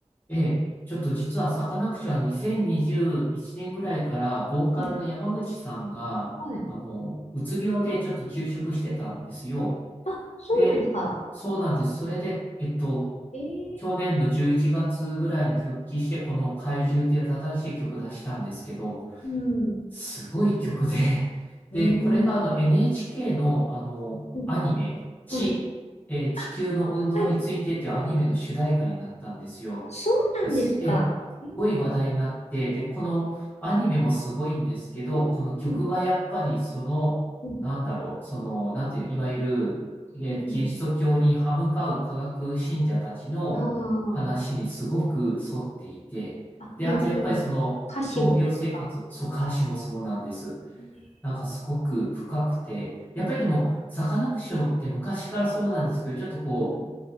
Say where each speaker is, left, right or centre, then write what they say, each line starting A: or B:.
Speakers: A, on the left; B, on the left.
A: ええ、ちょっと実はサカナクションは2021年ぐらいから、ボーカルの山口さんが、
B: うんはい
A: あの、うつ病でちょっと休職してたんですよ。
B: あ、そうなんですか。
A: で、そうなんです。それで、えっと、
B: ええ
A: 去年の11月ぐらいに復帰して、この怪獣っていう新しい曲出したんですけど、
B: うん。
A: すごい曲で、<laughs>
B: うん。
A: で、これがあの NHK のあのアニメ、
B: うん。
A: 地、
B: はい。
A: えー地球の運動についてっていうアニメの主題歌になったんですよ。
B: あ、はい。そうなんですか。
A: です。えー、すごい話題になって、
B: ええ
A: で、このアニメもすごいんですけど、この曲がやっぱりその、
B: うん。うん。
A: なんだろう、その、なんていう、いわゆる、えーキリスト教に歯向かう科学信者たちの話にすごく沿っていて、
B: うん。ああ。あ、
A: で、
B: もうその歌詞もですか。
A: あとやっぱりその、闘病生活を、そう、歌詞もそうなんです。
B: ええ
A: なんかすごく深くて、やっぱりでも、サカナクションって昔からそうなんですけど、ちょっとこう、
B: うん。